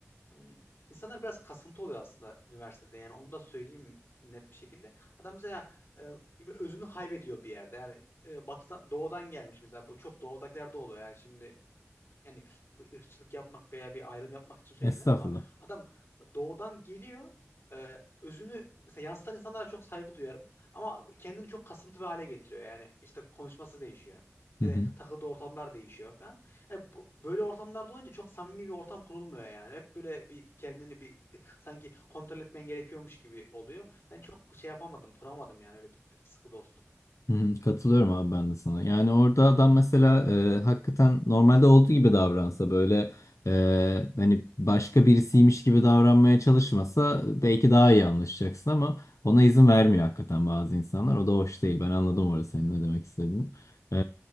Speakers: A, on the left; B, on the left.
A: Hmm. İnsanlar biraz kasıntı oluyor aslında üniversitede yani onu da söyleyeyim net bir şekilde. Adam mesela e, bir özünü kaybediyor bir yerde yani e, batıdan, doğudan gelmiş mesela bu çok doğudakiler de oluyor yani şimdi yani bu ırkçılık yapmak veya bir ayrım yapmak için söylemiyorum
B: Estağfurullah.
A: ama adam doğudan geliyor. e, özünü mesela yansıtan insanlara çok saygı duyarım ama kendini çok kasıntı bir hale getiriyor. Yani işte konuşması değişiyor.
B: Hı
A: Yani
B: hı.
A: takıldığı ortamlar değişiyor falan. Yani bu- böyle ortamlarda olunca çok samimi bir ortam kurulmuyor yani. Hep böyle bir kendini bir sanki kontrol etmen gerekiyormuş gibi oluyor. Ben çok şey yapamadım, kuramadım yani öyle bir sıkı dostluk.
B: Hı hı, Katılıyorum abi ben de sana. Yani orada adam mesela e, hakikaten normalde olduğu gibi davransa böyle e, hani başka birisiymiş gibi davranmaya çalışmasa belki daha iyi anlaşacaksın ama ona izin vermiyor hakikaten bazı insanlar. O da hoş değil. Ben anladım orada senin ne demek istediğini. E,